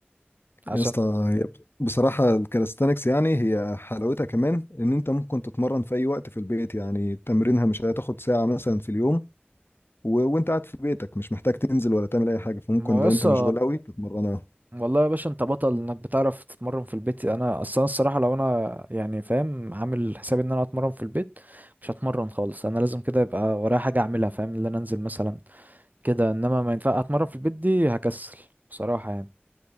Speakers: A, on the right; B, on the left.
A: عشان
B: يا اسطى هي بصراحه الكالستانكس يعني هي حلاوتها كمان ان انت ممكن تتمرن في اي وقت في البيت يعني تمرينها مش هتاخد ساعه مثلا في اليوم و... وانت قاعد في بيتك مش محتاج تنزل ولا تعمل اي حاجه فممكن
A: ما هو
B: لو
A: لسه
B: انت مشغول قوي تتمرنها
A: والله يا باشا انت بطل انك بتعرف تتمرن في البيت انا اصلا الصراحه لو انا يعني فاهم عامل حسابي ان انا اتمرن في البيت مش هتمرن خالص انا لازم كده يبقى ورايا حاجه اعملها فاهم اللي انا انزل مثلا كده انما ما ينفع اتمرن في البيت دي هكسل بصراحه يعني